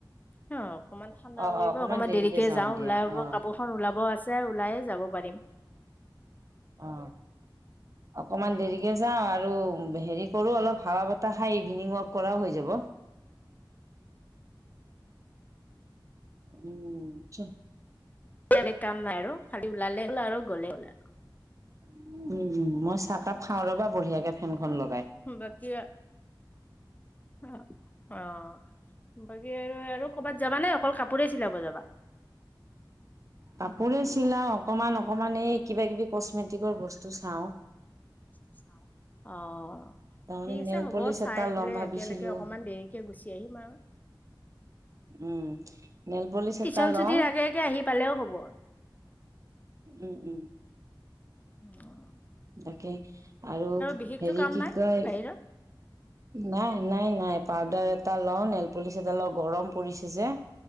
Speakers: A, on the left; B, on the right.
A: হ অকমান ঠাণ্ডা
B: অ
A: পৰিব,
B: অ অকমান
A: অকনমান দেৰিকে যাওঁ
B: দিয়া
A: ওলাব
B: অ
A: কাপোৰ খন ওলাবও আছ- তে ওলাইয়ে যাব পাৰিম।
B: অ, অকমান দেৰিকে যাওঁ আৰু হেৰি কৰোঁ অলপ হাৱা বতাহ খাই ইভিনিং ৱক কৰাও হৈ যাব। উম চে।
A: পিয়ালিত কাম নাই আৰু খালি ওলালে হ'ল আৰু গলেই হ'ল আৰু।
B: <unintelligible> উম, মই চাহ
A: অ'
B: কাপ খাওঁ ৰ'বা বঢ়িয়াকে ফেনখন লগাই।
A: বাকী অ, অ। বাকী আৰু আৰু ক'বাত যাবা নে অকল কাপোৰে চিলাব যাবা?
B: কাপোৰে চিলাও, অকমান অকমান এই কিবা-কিবি কচমেটিকৰ বস্তু চাওঁ।
A: <inaudible> অ।
B: তাৰমানে
A: ঠিক আছে
B: নেল
A: হ'ব
B: পলিচ
A: চাইপেলে
B: এটা ল'ম ভাবিছিলো
A: একেলগে অকমান দেৰিকে গুচি আহিম আৰু।
B: উম নেল পলিচ এটা
A: টিশন
B: লওঁ।
A: চুটিৰ আগে আগে আহি পালেও হ'ব।
B: উম, উম।
A: অ।
B: তাকে আৰু
A: বিশেষতো
B: হেৰি
A: কাম
B: কি
A: নাই
B: কয়?
A: বাহিৰত
B: নাই, নাই, নাই। পাউদাৰ এটা লওঁ, নেলপলিচ এটা লওঁ গৰম পৰিছে যে।